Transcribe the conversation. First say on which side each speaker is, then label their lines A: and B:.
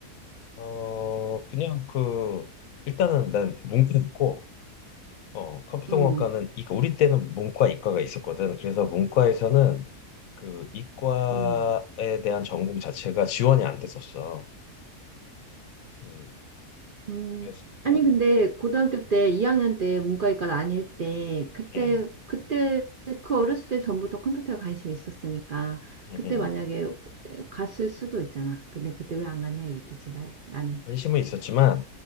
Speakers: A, on the left; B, on the right.
A: 어, 그냥 그, 일단은 난 문과였고, 어, 컴퓨터공학과는,
B: 음,
A: 이거 우리 때는 문과, 이과가 있었거든. 그래서 문과에서는 그 이과에
B: 음.
A: 대한 전공 자체가 지원이 안 됐었어. 음,
B: 음,
A: 그래서,
B: 아니,
A: 음,
B: 근데 고등학교 때, 2학년 때 문과일과 아닐 때, 그때,
A: 음,
B: 그때, 그 어렸을 때 전부터 컴퓨터에 관심이 있었으니까,
A: 음,
B: 그때
A: 음.
B: 만약에 갔을 수도 있잖아. 근데 그때 왜 안 갔냐 이 얘기지, 나, 나는.
A: 관심은 있었지만